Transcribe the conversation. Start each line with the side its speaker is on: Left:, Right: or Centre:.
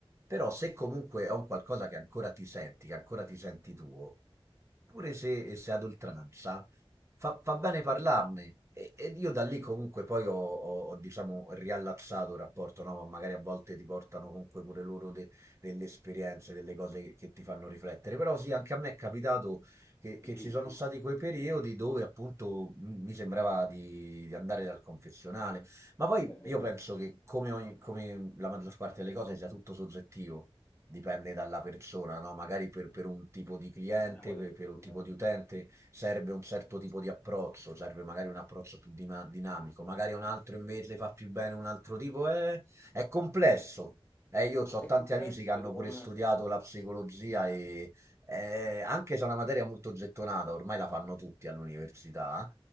Right: Però se comunque è un qualcosa che ancora ti senti, che ancora ti senti tuo, pure se, se ad oltranza, fa, fa bene parlarne. E, ed io da lì comunque poi ho, ho- ho, diciamo, riallacciato il rapporto, no? Magari a volte ti portano comunque pure loro de- delle esperienze, delle cose che, che ti fanno riflettere. Però sì, anche a me è capitato che, che
Left: Le crisi,
Right: ci sono stati quei periodi dove appunto m- mi sembrava di, di andare dal confessionale. Ma poi
Left: perdere
Right: io penso
Left: tempo.
Right: che come, ogni- come la maggior parte delle cose sia tutto soggettivo, dipende dalla persona, no? Magari per, per un tipo di cliente,
Left: Abbiamo detto,
Right: per, per
Left: assolutamente.
Right: un tipo di utente serve un certo tipo di approccio, serve magari un approccio più dima- dinamico, magari a un altro invece fa più bene un altro tipo, è, è complesso. Eh, io ho
Left: È
Right: tanti
Left: complesso
Right: amici che hanno
Left: ed è
Right: pure
Left: una...
Right: studiato la psicologia e eh, anche se è una materia molto gettonata, ormai la fanno tutti all'università